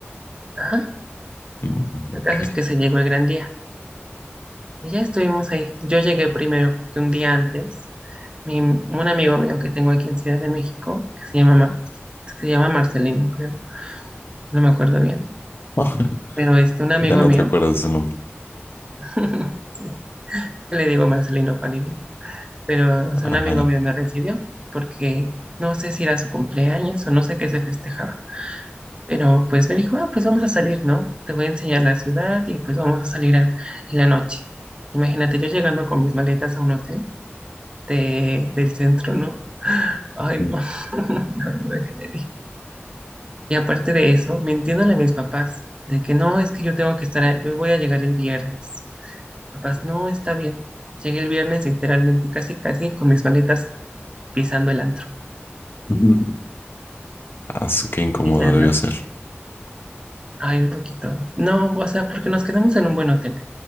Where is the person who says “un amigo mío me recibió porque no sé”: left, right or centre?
Right